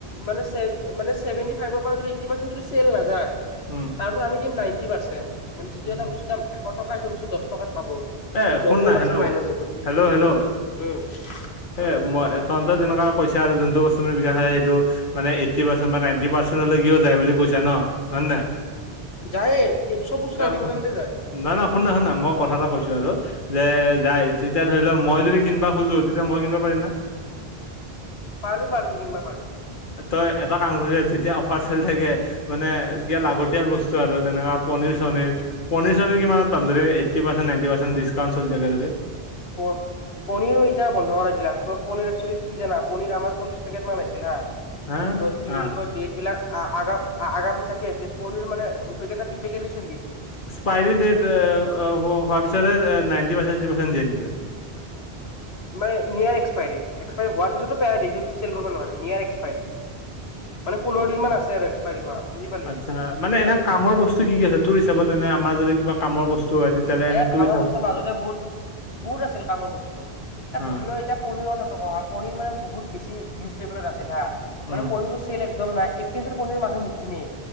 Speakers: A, on the left (about 80°); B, on the left (about 55°).
A: মানে চে মানে চেভেনটি ফাইভৰ পৰা যদি এইটটি পাৰ্চেন যদি চেল নাযায়
B: উম
A: তাৰ পিছত আমি দিম নাইটি পাৰ্চেণ্ট মানে যদি
B: উম
A: এটা বস্তুৰ দাম এশ টকা সেইটো বস্তু দশ টকাত পাব
B: এ শুন
A: নব্বৈ
B: না
A: পাৰ্চেণ্ট
B: হেল্ল'
A: মাইনাচ যাব সেইটো
B: হেল্ল' হেল্ল'
A: উম
B: এ
A: উম
B: মই তহঁতৰ যেনেকা কৈছা আৰু যোনটো বস্তু মানে বিকা হয় সেইটো মানে এইটি পাৰ্চেন্ট বা নাইনটি পাৰ্চেন্টলৈকেও যায় বুলি কৈছা ন হয় নে নাই
A: যায়ে এইটো চব বস্তু নাইনটি
B: এ নহয়
A: পৰ্চেণ্টতে যায়
B: না না শুনা শুনা মই কথা এটা কৈছো যে যায় তেতিয়া ধৰি লও মই যদি কিনিবা খোজো তেতিয়া মই কিনিবা পাৰিম না <inaudible>
A: পাৰবি পাৰবি কিনবা পাৰবি
B: তই এটা কাম কৰিবি যেতিয়া অফাৰ চেলি থাকে মানে যিয়া লাগতিয়াল বস্তু আৰু যেনেকুৱা পনিৰ চনিৰ পনীৰ চনীৰ কিমানত পাম যদি eighty percent ninety percent discount চলি থাকে যদি
A: প পনিৰো এতিয়া বন্ধ কৰাই দিলাক তোৰ পনীৰ একচল্লিশ কি জানা পনীৰ আমাৰ চল্লিশ পেকেট মান আছিল হা
B: হা
A: তোৰ কি
B: হা
A: বুলি কয় ডেট বিলাক আগা আগা পিছাকে আছিল পনীৰ মানে দুই পেকেট নে তিনি পেকেটে চোন দিছি
B: পাইৰী ডেট হোৱাৰ পিছহে নাইণ্টি পাৰ্চেণ্টি এইটটি পাৰ্চেণ্ট দিয়ে
A: মানে নিয়াৰ এক্সপাইৰী এক্সপাইৰী হোৱাৰ পিছতো পেলাই দিয়ে সেইটো চেল কৰিব নোৱাৰে নিয়াৰ এক্সপাইৰী মানে পোন্ধৰ
B: আচ্ছা
A: দিন মান আছে আৰু এক্সপাইৰী হোৱা বুজি পালি
B: আচ্ছা
A: তেতিয়া
B: মানে এনে
A: আৰু
B: কামৰ বস্তু কি কি আছে তোৰ হিচাপত এনে আমাৰ যদি কিবা কামৰ বস্তু হয় তেতিয়াহ'লে এনে
A: এ
B: তোৰ
A: কামৰ
B: হিচাপত
A: বস্তুৰ মাজতে বহুত বহুত আছিল কামৰ বস্তু এ
B: অ
A: ধৰি ল এতিয়া পনিৰত পনিৰ মানে বহুত বেছি নেক্স লেভেলত আছে না
B: উম
A: মানে পনি চেল একদম নাই এক কেজিৰ পনীৰ মানুহ নিকিনে